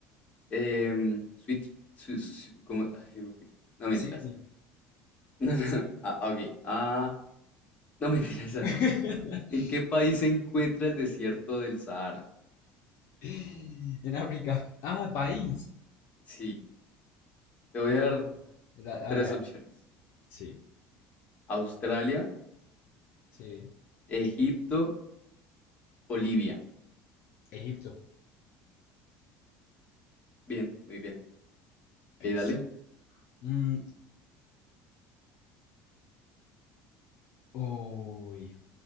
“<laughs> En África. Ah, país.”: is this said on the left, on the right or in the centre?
Left